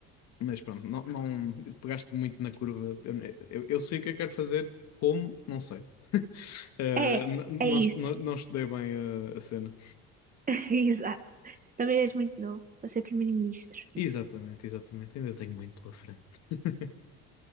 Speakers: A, on the left; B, on the right.
A: Mas pronto, não, não pegaste muito na curva. Eu, eu, eu sei o que é que quero fazer, como, não sei. <laughs> Eh,
B: É,
A: n-
B: é
A: não,
B: isso.
A: est- não, não estudei bem a, a cena.
B: <laughs> Exato. Também és muito novo para ser primeiro-ministro.
A: Exatamente, exatamente. Ainda tenho muito pela frente. <laughs>